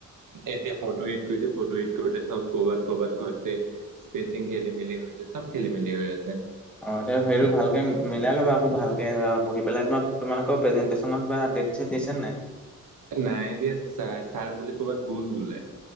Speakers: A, on the right (about 80°); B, in the centre.
A: এতিয়া ফটো এড কৰিছে, ফটো এড কৰোঁতে চব কৰ'বাত-কৰ'বাত গৈছে স্পেচিং খেলিমেলি হৈছে, চব খেলিমেলি হৈ আছে।
B: অ', এতিয়া হেৰিটো ভালকে মিলাই ল'বা আকৌ। ভালকে পঢ়ি পেলাই, তোমালোকৰ প্ৰেজেণ্টেচনৰ কিবা ডেট চেট দিছে নে নাই?
A: এ নাই দিয়া, ছা-ছাৰ বোলে ক'ৰবাত গ'ল বোলে